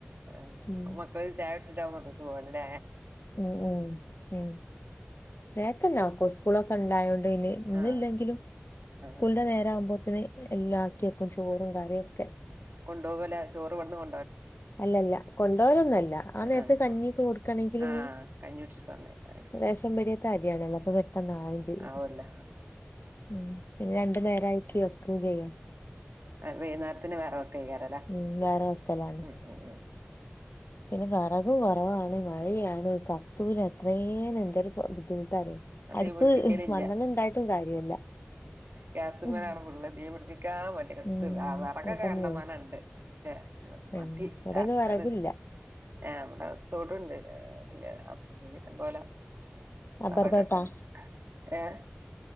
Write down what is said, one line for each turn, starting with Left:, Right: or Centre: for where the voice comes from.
Right: ആ
Left: ഉം
Right: മക്കള ചായപടിച്ചിട്ടാവുംത്ര സുഖംല്ല
Left: ഉ ഉ ഉ വത്തന്നപ്പ പ്പളൊക്കെ ഉണ്ടായോണ്ട് ഇന്നെ ഇന്നില്ലെങ്കിലും
Right: ആ
Left: സ്കൂളിന്റെ
Right: ആ
Left: നേര ആകുമ്പോത്തന് എല്ലാം ആക്കി വക്കും ചോറും കറിയും ഒക്കെ
Right: കൊണ്ട്പോകലല്ല ചോറ് വ കൊ
Left: അല്ലല്ല കൊണ്ടപോലൊന്നല്ല ആ നേരത്തെ
Right: ആഹ്
Left: കഞ്ഞിക്ക്
Right: ശരി
Left: കൊടുക്കണെങ്കില്
Right: ആഹ്
Left: നീ
Right: കഞ്ഞികുടിച്ചിട്ട് പറഞ്ഞയക്കാം അത് ശരി
Left: വിേഷം പടിയത്തെ അരിയാണല്ലോ അപ്പൊ പെട്ടെന്ന് ആളും ചെയ്യും
Right: ആവൂല്ല
Left: ഉ പി രണ്ടു പേരായി കി വക്കുക ചെയ്യൻ
Right: ആ വൈകുന്നേരത്തിന് വേറെ വക്ക ചെയക്കാറല്ലേ
Left: ഉം വേറെ വെക്കലാണ്
Right: ഉം ഉം ഉം
Left: പിന്നെ വെറകും കുറവാണ് മഴയാണ് കത്തുല അത്രയും എന്തരു ബുദ്ധിമുട്ടര്
Right: ഞാൻ
Left: അടുപ്പ്
Right: തീ പിടിപ്പിക്കലില്ല
Left: മണ്ണണ്ണ ഇണ്ടായിട്ടും കാര്യല്ല
Right: ഗ്യാസ്മേലാണ്
Left: ഉം
Right: പുള്ള തീ പിടിപ് ക്കാ മതി എത്തു
Left: ഉം
Right: ആഹ് വെറകൊക്കെ
Left: അതന്നെ
Right: കണ്ടമാന ഉണ്ട് പക്ഷെ
Left: ഉം
Right: മതി
Left: ഇവിടൊന്നും
Right: ആഹ്
Left: വിറകില്ല
Right: ആഹ് ഇവിടെ തോട്ണ്ട് ഇല്ല അപ്പൊ ഇം പോലെ
Left: റബ്ബർ
Right: വെറകൊക്കെ
Left: തോട്ടാ
Right: ഉണ്ട് ഏഹ്